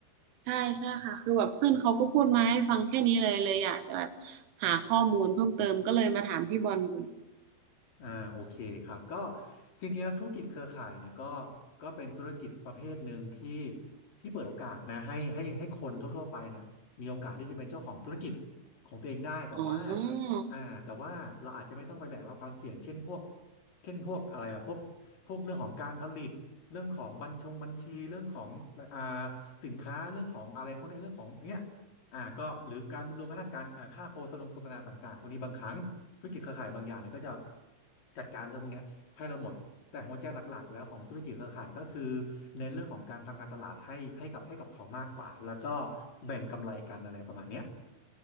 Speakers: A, on the right; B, on the left.
A: ใช่ใช่ค่ะคือแบบเพื่อนเขาก็พูดมาให้ฟังแค่นี้เลยเลยอยากจะแบบหาข้อมูลเพิ่มเติมก็เลยมาถามพี่บอลดู
B: อ่าโอเคครับก็จริงๆแล้วธุรกิจเครือข่ายเนี่ยก็ก็เป็นธุรกิจประเภทหนึ่งที่ที่เปิดโอกาสนะให้ให้ให้คนทั่วๆไปเนี่ยมีโอกาสที่จะเป็นเจ้าของธุรกิจของตัวเองได้แต่ว่า
A: อ๋อ
B: อ่าแต่ว่าเราอาจจะไม่ต้องไปแบกรับความเสี่ยงเช่นพวกเช่นพวกอะไรอะพวกพวกเรื่องของการผลิตเรื่องของบัญชงบัญชีเรื่องของอ่าสินค้าเรื่องของอะไรพวกเนี้ยเรื่องของเนี้ยอ่าก็หรือการรวมกระทั่งการอ่าค่าโฆษณาโฆษณาต่างๆพวกนี้บางครั้ง ธุรกิจเครือข่ายบางอย่างเนี่ยก็จะจัดการเรื่องพวกเนี้ยให้เราหมด แต่หัวใจหลักๆแล้วของธุรกิจเครือข่ายก็คือเน้นเรื่องของการทำการตลาดให้ให้กับให้กับเขามากกว่าแล้วก็แบ่งกำไรกันอะไรประมาณเนี้ย